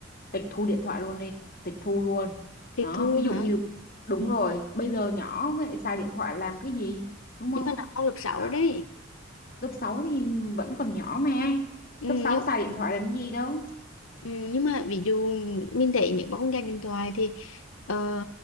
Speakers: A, on the left (about 45°); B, on the left (about 85°).
A: tịch thu điện thoại luôn đi, tịch thu luôn.
B: tiết
A: Đó,
B: thu luôn
A: ví dụ
B: hả
A: như đúng rồi, bây giờ nhỏ vậy xài điện thoại làm cái gì? Đúng không?
B: nhưng mà nó học lớp 6
A: Ờ,
B: rồi đấy
A: lớp 6 thì vẫn còn nhỏ mà.
B: ừ,
A: Lớp 6
B: nhưng
A: xài điện thoại làm cái gì đâu.
B: Ừ, nhưng mà ví dụ mình thấy nếu mà không gạt điện thoại thì ờ,